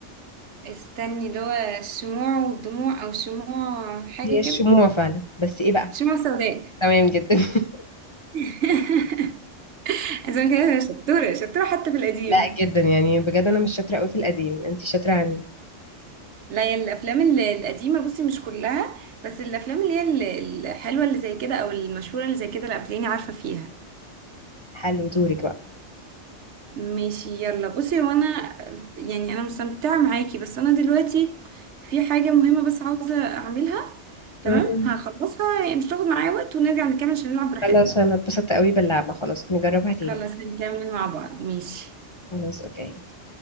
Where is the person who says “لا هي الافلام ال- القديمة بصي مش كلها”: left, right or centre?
Right